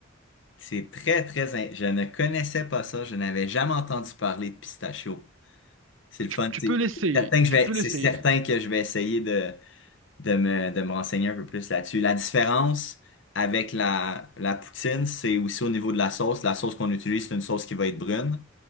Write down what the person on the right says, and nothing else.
Tu, tu
peux l'essayer,
tu
peux
l'essayer.